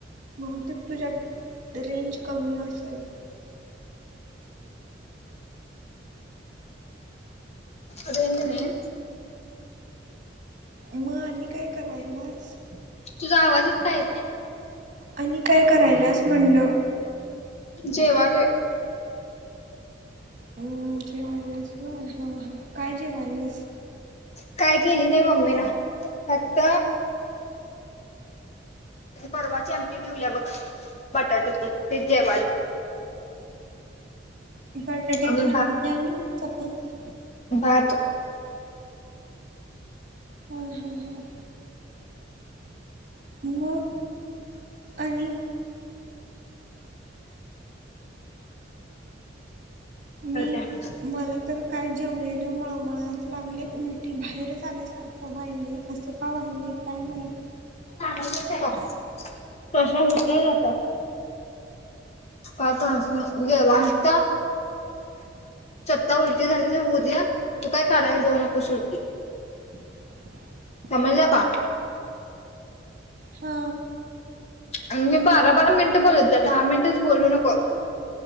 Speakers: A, on the right; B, on the left.
A: बहतेक तुझ्यात रेंज कमी असेल.
B: अ रेंज नाय.
A: मग आणि काय करायलास?
B: तुझा आवाजच का येत नाही.
A: आणि काय करायलाच म्हणलं?
B: जेवाले.
A: हम् जेवायलास व्हय हा हा काय जेवायलास?
B: काय केली नाही मम्मीन फक्त परवाची आमटी ठीवल्या बघ बटाटोची ते जेवाल.
A: बटाट्याची
B: आम्ही
A: आमटी आणि चपाती.
B: पात
A: हम्म हम्म हम्. म्हं आणि मी
B: करते म्हणून
A: मला तर काय जेवलेलं मळमळाच लागले उलटी बाहेरच आल्यासारखं व्हायले असं का व्हायले? काय माहीत?
B: <unintelligible> <inaudible> घाबरायचा स्वता उलटी झाली तर होऊ दे तू काय काढायला जाऊ नकोस उलटी.
A: रिकामा ऑडिओ
B: समजलं का?
A: हा.
B: म्हजे बारा बारा मिनिटं बोलत द दहा मिनिटच बोलू नको.